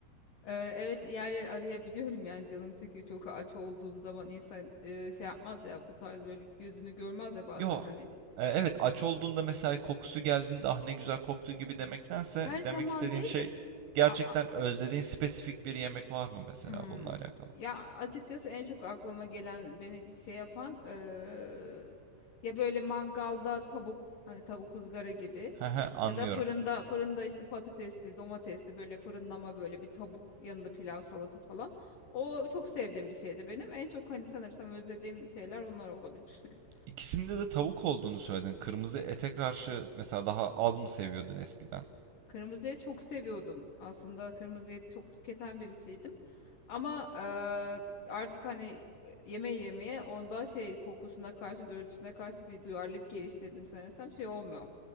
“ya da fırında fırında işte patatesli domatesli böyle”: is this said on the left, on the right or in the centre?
Left